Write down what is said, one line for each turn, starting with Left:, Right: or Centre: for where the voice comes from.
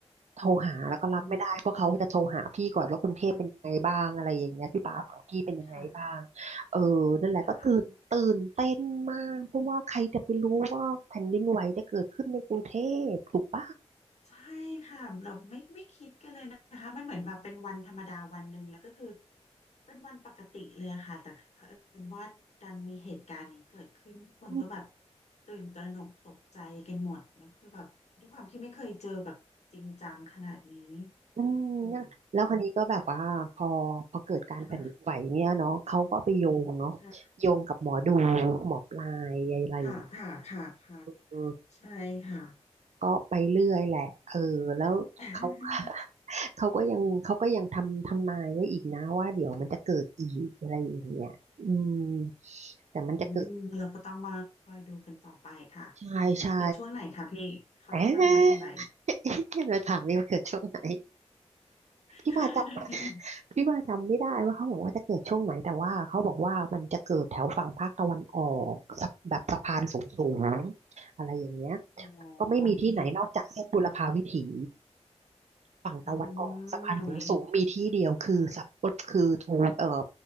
Right: โทรหาแล้วก็รับไม่ได้เพราะเขาจะโทรหาพี่ก่อนว่ากรุงเทพเป็นยังไงบ้างอะไรอย่างเงี้ยพี่ป่าฝั่งพี่เป็นยังไงบ้าง
Left: อืมค่ะค่ะ
Right: เออนั่นแหละก็ตื่นตื่นเต้นมากเพราะว่าใครจะไปรู้ว่าแผ่นดินไหวจะเกิดขึ้นในกรุงเทพถูกปะ
Left: ค่ะใช่ค่ะเราไม่ไม่คิดกันเลยนะคะมันเหมือนแบบเป็นวันธรรมดาวันหนึ่งแล้วก็คือเป็นวันปกติเลยอะค่ะแต่เผอิญว่าดันมีเหตุการณ์นี้เกิดขึ้นทุกคนก็แบบ
Right: อืม
Left: ตื่นตระหนกตกใจกันหมดแล้วคือแบบด้วยความที่ไม่เคยเจอแบบจริงจังขนาดนี้
Right: อ
Left: โอ้
Right: เนี่ยแล้วคราวนี้ก็แบบว่าพอพอเกิดการแผ่นดินไหวเนี่ยเนาะเขาก็ไปโยงเนาะ
Left: ค่ะค่ะ
Right: โยงกับหมอดูหมอปลายอะไรอย่างเงี้ย
Left: ค่ะค่ะค่ะค่ะ
Right: เออ
Left: ใช่ค่ะ
Right: ก็ไปเรื่อยแหละเออแล้วเขา
Left: <laughs>
Right: <laughs> เขาก็ยังเขาก็ยังทำทำนายไว้อีกนะว่าเดี๋ยวมันจะเกิดอีกอะไรอย่างเงี้ยอืมแต่มันจะเกิด
Left: อืมเราก็ต้องมาคอยดูกันต่อไปค่ะ
Right: ใช่ใช่
Left: เกิดช่วงไหนคะพี่ เขาทำนายไว้อย่างไร
Right: แอะ <laughs> มาถามนี่ว่าเกิดช่วงไหน
Left: <laughs>
Right: พี่มาจำพี่มาจำไม่ได้ว่าเขาบอกว่าจะเกิดช่วงไหนแต่ว่าเขาบอกว่ามันจะเกิดแถวฝั่งภาคตะวันออกสะแบบสะพานสูงๆอะไรอย่างเงี้ย
Left: อ๋อ
Right: ก็ไม่มีที่ไหนนอกจากเส้นบุรพาวิถี
Left: โอเค
Right: ฝั่งตะวันออกสะพานขูงสูงมีที่เดียวคือสับคือทูเอ่อ
Left: อืมโอ้ยค่ะ